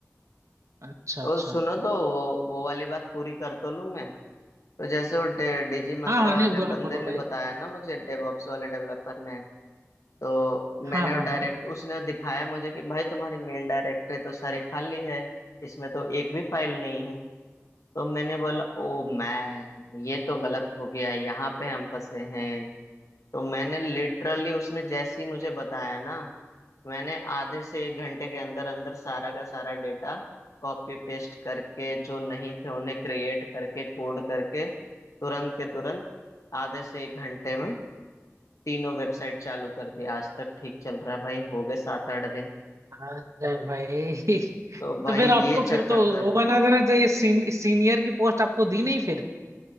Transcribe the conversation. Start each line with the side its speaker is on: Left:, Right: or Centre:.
Right: अच्छा
Left: तो
Right: अच्छा
Left: सुनो तो वो वो वाली बात पूरी कर तो लूं मैं तो जैसे वो डीजी मंत्रा
Right: हाँ हाँ नहीं
Left: वाले
Right: बोलो
Left: बंदे
Right: बोलो
Left: ने
Right: भाई
Left: बताया ना मुझे डेवऑप्स वाले डेवलपर ने तो मैंने
Right: हाँ हाँ
Left: वो डायरेक्ट
Right: हाँ
Left: उसने दिखाया मुझे कि भाई तुम्हारी मेन डायरेक्टरी तो सारी खाली है इसमें तो एक भी फाइल नहीं है तो मैंने बोला ओ मैन ये तो गलत हो गया यहाँ पे हम फंसे हैं तो मैंने लिटरली उसने जैसे ही मुझे बताया ना मैंने आधे से एक घंटे के अंदर अंदर सारा का सारा डेटा कॉपी पेस्ट करके जो नहीं थे उन्हें क्रिएट करके कोड करके तुरंत के तुरंत आधे से एक घंटे में तीनों वेबसाइट चालू कर दी आज तक ठीक चल रहा है भाई हो गए सात आठ दिन
Right: अरे भाई <laughs>
Left: तो भाई
Right: तो फिर
Left: ये
Right: आपको
Left: चक्कर
Right: फिर तो
Left: था
Right: वो बना देना चाहिए सीन, सीनियर की पोस्ट आपको दी नहीं फिर